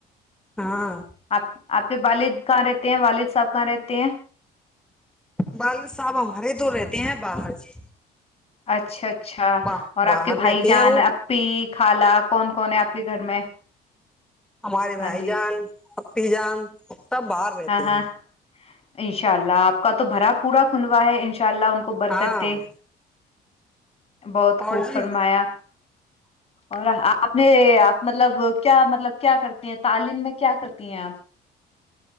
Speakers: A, in the centre; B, on the left.
A: ہاں
B: آپ آپ کے والد کہاں رہتے ہیں والد صاحب کہاں رہتے ہیں
A: والد صاحب ہمارے تو رہتے ہیں باہر جی
B: اچھا اچھا
A: با
B: اور
A: باہر
B: آپ کے
A: رہتے
B: بھائی جان
A: ہیں وہ
B: اپی خالا کون کون ہے آپ کے گھر میں
A: ہمارے بھائی
B: ہاں جی
A: جان اپی جان سب باہر رہتے
B: ہاں ہاں
A: ہیں
B: ان شاء اللہ آپ کا تو بھرا پورا کندوا ہے ان شاء اللہ ان کو برکت
A: ہاں
B: دے بہت
A: اور
B: خوب
A: جی
B: فرمایا اور آپ نے آپ مطلب کیا مطلب کیا کرتی ہیں تعلیم میں کیا کرتی ہیں آپ